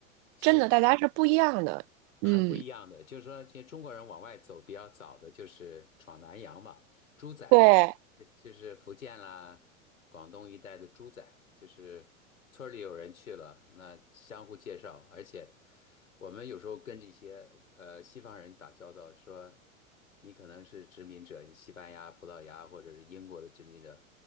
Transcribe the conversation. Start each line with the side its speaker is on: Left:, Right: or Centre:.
Left: 是。
Right: 真的大家是不一样的。嗯，
Left: 很不一样的，就是说，其实中国人往外走比较早的就是闯南洋嘛，猪仔，
Right: 对，
Left: 就就是福建啦、广东一带的猪仔，就是村儿里有人去了，那相互介绍，而且我们有时候跟这些呃西方人打交道，说你可能是殖民者，你西班牙、葡萄牙或者是英国的殖民者，